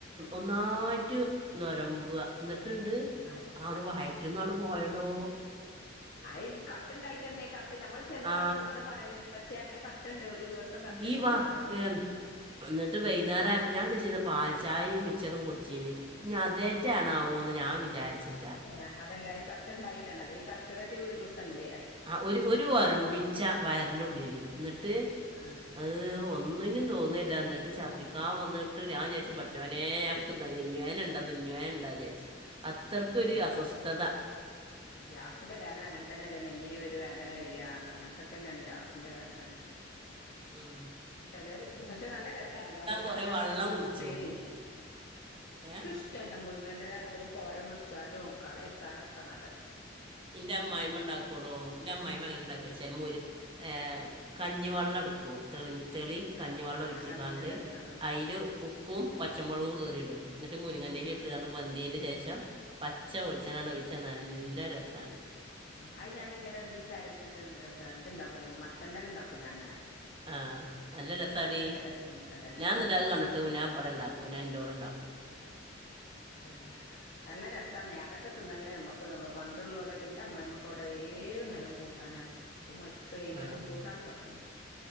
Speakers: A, on the right (about 30°); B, on the left (about 50°).
A: ഒന്നായിറ്റ് നൊരമ്പ ന്ന്ട്ട്ണ്ട്
B: ആഹ്
A: നങ്ങട് വയറ്റ്ന്നങ്ങട് പോയടോ
B: അയിഈ കട്ട്ണ്ടായിറ്റെന്തെങ്കെ കട്ട്ഞമ്മള് ചെലപ്പ
A: ആ
B: അ വെറ്ത പറയാംന്നീന്ന് പക്ഷെ അങ്ങനെ കട്ട്ണ്ട് ഒര് ദിവസം കട്ട്
A: ഇ വ
B: ആഹ്
A: എം അന്നിട്ട് വൈന്നേരയപ്പോ ഞാചാരിച്ചീന്ന് പാൽച്ചായെം മിച്ചറും കുടിച്ചീന്ന് ഇഞതേ റ്റാണാവോന്ന് ഞാ വിചാരിച്
B: ഏ ഏ അതല്ല ഈ കട്ട്ണ്ടായിട്ടാണത് ഈ കർക്കിടകത്തിലൊരു ദിവസംണ്ട്
A: ആ ഒരു ഒരു ഒരമ്പിച്ചാ വയറിന്റുള്ളില് എന്നിട്ട്
B: ആഹ്
A: ഏയ് ഒന്നിനും തോന്നില്ല ന്നിട്ട് ഛർദ്ദിക്കാൻ വന്നിട്ട് ഞാൻ വിചാരിച്ചു പടച്ചോനേ നെഞ്ചുവേനുണ്ടെന്ന്നെഞ്ചുവേനുണ്ട്ന്നു വിചാരിച്ചു അത്രർക്കൊരു
B: ഉം
A: അസ്വസ്ഥത
B: ഗ്യാസിന്റെ വേദന അങ്ങന തന്നെ അല്ലേ നെഞ്ഞിന് ഒരു വേദന വരിക അങ്ങനത്തൊക്കെ തന്നെയാണ് ഗ്യാസിന്റെ വേദനൊക്കെ
A: ഇം
B: ചേലോറ് പക്ഷെ നല്ല രസണല്ലാ ആ മുരിങ്ങൻറെലൻ്റെ
A: കുറേ വെള്ളം
B: കറിയും
A: കുടിച്ചു
B: ഉപേരിയും
A: നോക്കും
B: ഇക്കിഷ്ട
A: ഏ
B: ഇഷ്ടട്ട മുരുങ്ങന്റെ എല അത് തോരം വെച്ചാലും കറി വെച്ചാലും ഒക്കെ നല്ല ഇഷ്ട
A: എന്റെ അമ്മായ്മ്മ ഉണ്ടാക്കൂടോ എന്റെ അമ്മായിമ്മ എങ്ങനെ ഉണ്ടാക്ക
B: ആഹ്
A: ചാല് മോര് ഏ കഞ്ഞി വെള്ളം എടുക്കും തെളി തെളി കഞ്ഞിവെള്ളം
B: ആഹ്
A: ഒഴിച്ചിക്കാണ്ട്
B: ആഹ് കണ്ണിന്റെ തെളിയാണ് ആഹ്
A: അയില് ഉപ്പും പച്ചമുളകും കീറിയിടും ന്നിട്ട് മുരിങ്ങൻ്റെലിം
B: ആഹ്
A: ഇട്ട്കാണ്ട് വന്തിന്റെ ശേഷം പച്ച വെളിച്ചെണ്ണ
B: ആഹ്
A: ഒഴിച്ചാ നല്ല രസമാണ്
B: അത് ഞാനിങ്ങെന്തരി ഇത്ണ്ടാക്കലോ മത്തൻൻ്റെലണ്ടാക്കും ഞാ അങ്ങനെ
A: ആഹ് നല്ല രസടി
B: അത് നല്ല രസം മത്തന്റെല ഉണ്ടാക്കിയാല്
A: ഞാൻ എന്നിട്ടാക കണ്ടിട്ട്
B: അങ്ങനെ
A: ഞാൻ വിടെ ഉണ്ടാക്കൂ ഞാൻ ന്റെറടെ ഉണ്ടാക്കൂ
B: ഉം നല്ല രസം നെയ അതൊക്കെ തിന്നെങ്കിലേ നമുക്ക് ത്ള്ളു പണ്ടുള്ളൊലു എന്റെ അമ്മമായി അമ്മക്കെ അവിടെ ഏ നേരം കൂട്ടാനാണ് പ്പ മരിച് പോയി. അയിന്റെ
A: ആ
B: ശേഷം കൂട്ടാൻ വെക്കണം